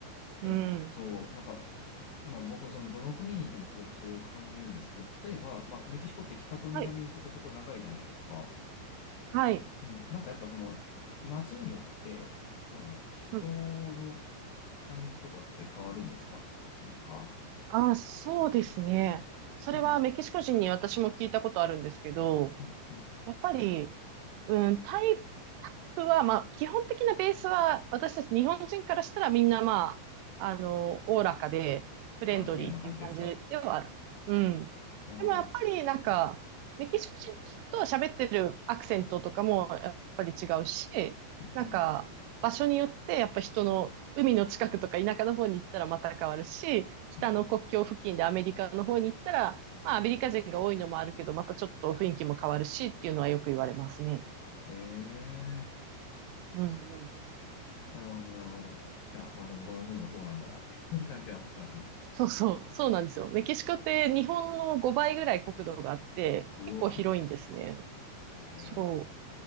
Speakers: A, on the left; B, on the right.
A: えっと、
B: うん。
A: なんか、まあ僕、その、どの国にいてもすごくそれを感じるんですけど、例えば、まあ、メキシコって北と南そこそこ長いじゃないですか。
B: はい。はい。
A: うん、なんかやっぱその街によって、その人の感じとかって変わるんですかなんか、
B: うん。あ、そうですね。それはメキシコ人に私も聞いたことあるんですけど、
A: うん、うん、うん。
B: やっぱり、うん、タイプタイプは、まあ、基本的なベースは、私たち日本人からしたらみんな、まあ、あの、おおらかで、フレンドリーっていう感じではある。
A: トランキーラな感じですか
B: うん。
A: ああー、
B: でもやっぱり、なんか、メキシコ人に聞くと喋ってるアクセントとかもやっぱり違うし、
A: うん、
B: なんか、
A: うん、
B: 場所によって、やっぱ人の、海の近くとか田舎の方に行ったらまた変わるし、北の国境付近でアメリカの方に行ったら、
A: うん、うん。
B: まあ、アメリカ人が多いのもあるけど、またちょっと雰囲気も変わるしっていうのはよく言われますね。
A: へえ、
B: うんうん。
A: なるほど、なるほど。いや、まあ、どこの国もそうなんだなって <laughs> いう感じはしますね。
B: そうそう、そうなんですよ。メキシコって日本の5倍ぐらい国土があって、
A: うお、
B: 結構広いんですね。
A: へえ。
B: そ